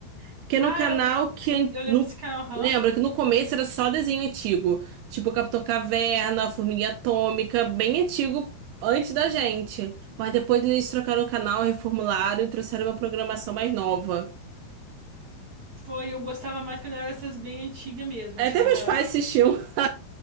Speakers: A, on the right; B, on the right.
A: Porque no
B: Ah,
A: canal
B: eu,
A: que an-
B: eu lembro
A: no,
B: desse canal, aham.
A: lembra que no começo era só desenho antigo, tipo Capitão Caverna, Formiga Atômica, bem antigo antes da gente. Mas depois eles trocaram o canal, reformularam e trouxeram uma programação mais nova.
B: Foi, eu gostava mais quando era essas bem antigas mesmo,
A: Até
B: achava
A: meus pais assistiam. <laughs>